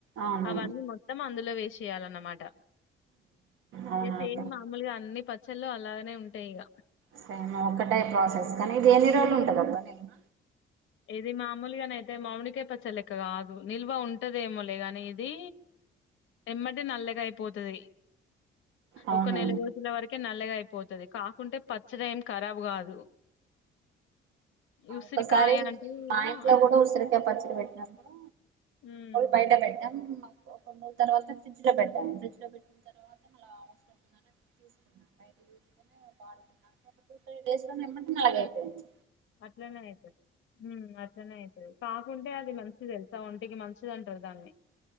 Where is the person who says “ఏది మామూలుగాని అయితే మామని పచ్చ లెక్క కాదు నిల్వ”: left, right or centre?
Left